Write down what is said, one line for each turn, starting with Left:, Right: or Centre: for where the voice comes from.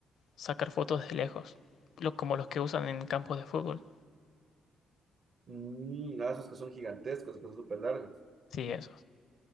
Left: sacar fotos de lejos, lo- como los que usan en campos de fútbol.
Right: Mm, ah, esos que son gigantescos, que son súper largos.
Left: Sí, esos.